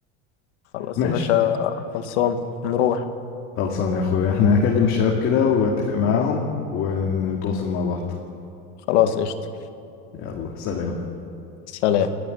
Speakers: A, on the left; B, on the left.
A: خلاص
B: ماشي
A: يا باشا خلصان نروح
B: خلصان يا اخويا احنا هكلم الشباب كده واتفق معاهم ونتواصل مع بعض
A: خلاص قشطه
B: يلا سلام
A: سلام